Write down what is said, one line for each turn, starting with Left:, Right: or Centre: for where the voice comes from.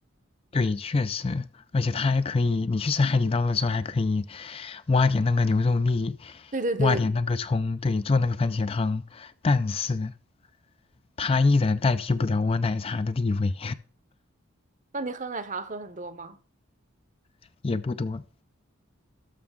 Left: 对，确实，而且它还可以，你去吃海底捞的时候还可以挖点那个牛肉粒，
Right: 对对对对对，
Left: 挖点那个葱，对，做那个番茄汤。但是它依然代替不了我奶茶的地位，
Right: 那你喝奶茶喝很多吗？
Left: <laughs> 也不多。